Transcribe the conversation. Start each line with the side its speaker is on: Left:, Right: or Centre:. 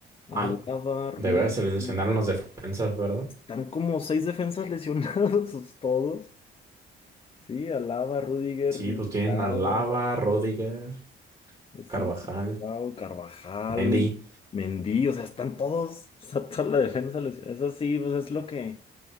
Left: Alaba,
Right: Ah,
Left: Rudiger.
Right: de veras se lesionaron los defensas, ¿verdad?
Left: Están como seis defensas lesionados <laughs> todos. Sí, Alaba, Rudiger,
Right: Sí,
Left: Militao.
Right: pues tienen a Lava, Rodiger.
Left: Este
Right: Carvajal,
Left: Militao, Carvajal,
Right: Mendy.
Left: Mendy, o sea, están todos, <laughs> está toda la defensa. Luis. Eso sí, pues es lo que